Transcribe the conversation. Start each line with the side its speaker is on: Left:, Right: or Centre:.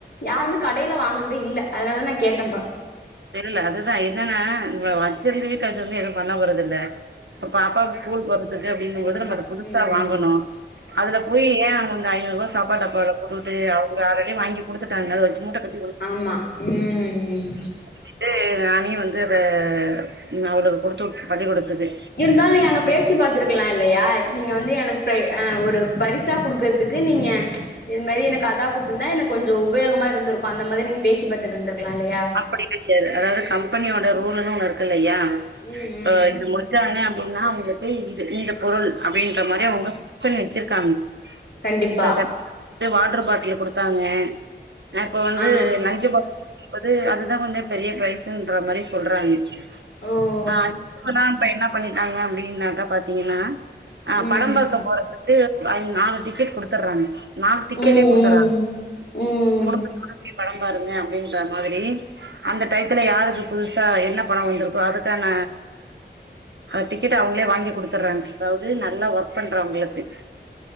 Left: யாருமே கடைல வாங்குறதே இல்ல அதனாலதா நா கேட்டம்ப்பா
Right: தெரில அதுதா என்னனா நம்ம வச்சிந்து வீட்ல வச்சிந்து எதும் பண்ண போறதில்ல இப்ப பாப்பாவுக் ஸ்கூல் போறதுக்கு அப்டிங்கும்
Left: கண்டிப்பா
Right: போது நம்ம அத புதுசா
Left: ம்
Right: வாங்கணு அதுலப் போய் ஏ அங்கவங்க ஐநூறுவா சாப்பாட் டப்பாவல போடுட்டு அவுங்க ஆரடி வாங்கி குடுத்துட்டாங்க அத வெச்சு மூட்டக்கட்
Left: ஆமா ம் ம்
Right: சொல்லிட்டு நானே வந்து அத ந அவளுக்கு குடுத்துவூட் பள்ளிகூடத்துக்கு
Left: இருந்தாலு எங்க பேச் சி பாத்திருக்லா இல்லையா நீங்க வந்து எனக்கு பிரை அ ஒரு பரிசா குடுக்கறதுக்கு நீங்க இது மேரி எனக் அதா குடுத்துந்தா எனக் கொஞ்சோ உபயோகமா இருந்திருக்கு அந்த மாதிரி நீங்க பேசி பாத்துட்ருந்திருக்லா இல்லையா
Right: அப்படி கய்யாது அதாவது கம்பெனியோட ரூல்லுனு ஒன்னு இருக்குல்லையா
Left: ம் ம்
Right: அ இது முடிச்சாங்க அப்டினா அவுங்ளுக் கேய் இது இந்தப் பொருள் அப்டின்ற மாரி அவுங்க புக் பண்ணி வச்சிருக்காங்க
Left: கண்டிப்பா
Right: <unintelligible> வாட்ரு பாட்லு குடுத்தாங்க அ இப்ப வந்து
Left: ஆ
Right: லஞ்ச்சு பாக் வது அதுதா கொஞ்சோப் பெரிய பிரைஸ்ன்ற மாரி சொல்றாங்க
Left: ஓ
Right: ஆ இப்பதா இப்ப என்னப் பண்ணிட்டாங்க அப்டின்னாட்டா பாத்தீங்கன்னா ஆ
Left: ம்
Right: படம் பாக்க போறதுக் து அயிங் நாலு டிக்கெட் குடுத்தர்றாங் நாலு டிக்கெட்டே
Left: ம்
Right: குடுத்தர்றாங்
Left: ம் ம்
Right: குடும்பத்தோட போய் படம் பாருங்க அப்டின்ற மாதிரி அந்த டயத்துல யாருக்கு புதுசா என்னப் படோ வந்திருக்கோ அதுக்கான அ டிக்கெட் அவங்ளே வாங்கி குடுத்தர்றாங் அதாவ்து நல்லா ஒர்க் பண்றவுங்ளுக்கு